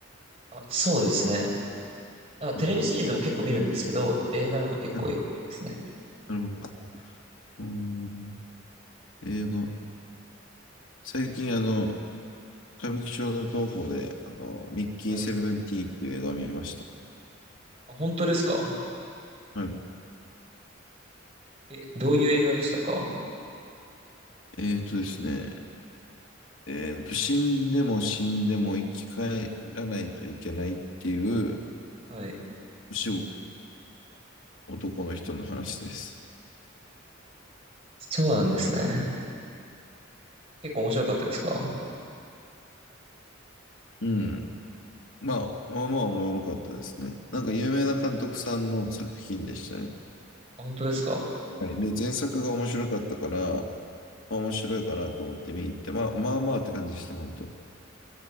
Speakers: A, on the right (about 30°); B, on the left (about 80°).
A: あ、そうですね。なんかテレビシリーズも結構見るんですけど、
B: うん
A: 映画の方が結構よく見ますね。
B: はい。なるほど。うん。英語。最近、あの、歌舞伎町の東宝で、あの、ミッキーセブンティーンっていう映画を見ました。
A: はい。あ、本当ですか
B: はい。
A: え、どういう映画でしたか
B: えっとですね、えっと、死んでも死んでも生き返らないといけないっていう
A: はい。
B: お仕事、男の人の話です。
A: そうなんですね。結構面白かったですか
B: うん。まあ、まあまあおもろかったですね。なんか有名な監督さんの作品でしたね。
A: あ、本当ですか
B: はい。で、前作が面白かったから、まあ、面白いかなと思って見に行って、まあ、まあまあって感じでした、本当。